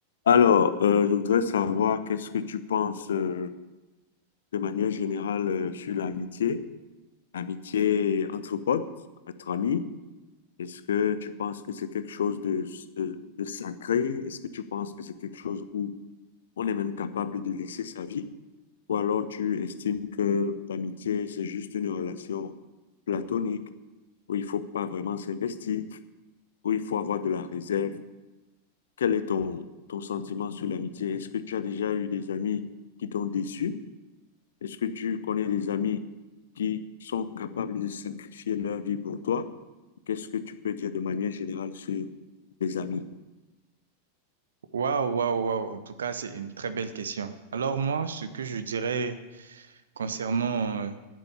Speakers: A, on the left (about 60°); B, on the right (about 65°).
A: Alors, euh, je voudrais savoir qu'est-ce que tu penses euh, de manière générale euh, sur l'amitié, l'amitié entre potes, entre amis. Est-ce que tu penses que c'est quelque chose de, de, de sacré? Est-ce que tu penses que c'est quelque chose où on est même capable de laisser sa vie? Ou alors tu estimes que l'amitié, c'est juste une relation platonique où il faut pas vraiment s'investir, où il faut avoir de la réserve? Quel est ton, ton sentiment sur l'amitié? Est-ce que tu as déjà eu des amis qui t'ont déçu? Est-ce que tu connais des amis qui sont capables de sacrifier leur vie pour toi? Qu'est-ce que tu peux dire de manière générale sur les amis?
B: Waouh, waouh, waouh. En tout cas, c'est une très belle question. Alors moi, ce que je dirais concernant euh,